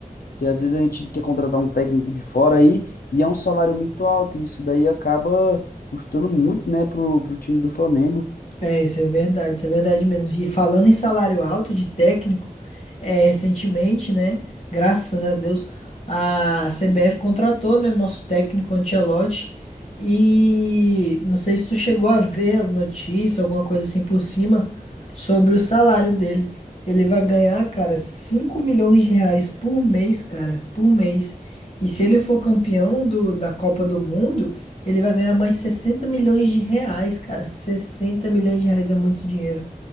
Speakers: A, on the left; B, on the left.
A: porque às vezes a gente quer contratar um técnico de fora aí e é um salário muito alto, e isso daí acaba custando muito, né, pro, pro time do Flamengo.
B: É, isso é verdade, isso é verdade mesmo. E falando em salário alto de técnico, é, recentemente, né? Graças a Deus, a CBF contratou, né, nosso técnico Ancelotti. E não sei se tu chegou a ver as notícias, alguma coisa assim por cima, sobre o salário dele. Ele vai ganhar, cara, 5 milhões de reais por mês, cara, por mês. E se ele for campeão do, da Copa do Mundo. Ele vai ganhar mais 60 milhões de reais, cara. 60 milhões de reais é muito dinheiro.